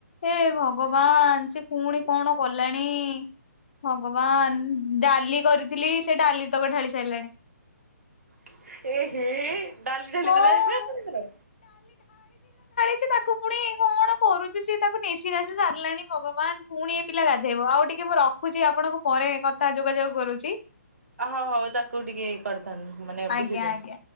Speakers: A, on the left (about 40°); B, on the right (about 55°).
A: ହେ ଭଗବାନ ସେ ପୁଣି କଣ କଲାଣି? ଭଗବାନ ଡାଲି କରିଥିଲି ସେ ଡାଲି ତକ ଢାଳି ସାରିଲାଣି।
B: ହ। ଏହେ ଡାଲି ଢାଲି
A: କଣ
B: ଦେଲା ଏବେ ଆପଣଙ୍କର?
A: ସେ ତାକୁ ପୁଣି କଣ କରୁଛି ସ ତାକୁ ନେସିି ନାସିି ସାରିଲାଣି ଭଗବାନ ପୁଣି ଏ ପିଲା ଗାଧେଇବ ଆଉ ଟିକେ ମୁଁ ରଖୁଛି ଆପଣଙ୍କୁ ପରେ କଥା ଯୋଗାଯୋଗ କରୁଛି?
B: ହୋ ହଉ ତାକୁ ଟିକେ କରିଥାନ୍ତ ମାନେ
A: ଆଜ୍ଞା
B: ବୁଝେଇ ଦିଅନ୍ତୁ।
A: ଆଜ୍ଞା।